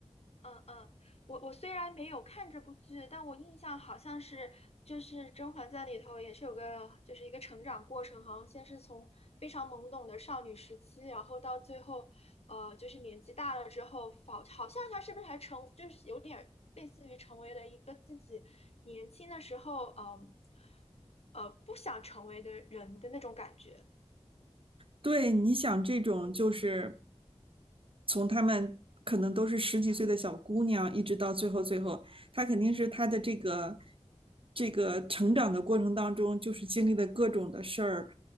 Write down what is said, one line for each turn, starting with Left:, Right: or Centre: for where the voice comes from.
Left: 嗯嗯，我我虽然没有看这部剧，但我印象好像是就是《甄嬛传》里头也是有个就是一个成长过程，好像先是从非常懵懂的少女时期，然后到最后，呃，就是年纪大了之后，好好像她是不是还成就是有点儿类似于成为了一个自己年轻的时候，嗯，呃，不想成为的人的那种感觉，
Right: 对，你想这种就是。
Left: 嗯
Right: 从他们可能都是十几岁的小姑娘，
Left: 嗯
Right: 一直到最后最后，她肯定是她的这个这个成长的过程当中，就是经历的各种的事儿，